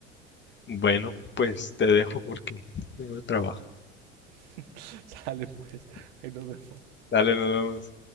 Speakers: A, on the left; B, on the right.
A: Bueno, pues te dejo porque tengo trabajo.
B: <laughs> Sale pues, ahí nos vemos.
A: Dale, nos vemos.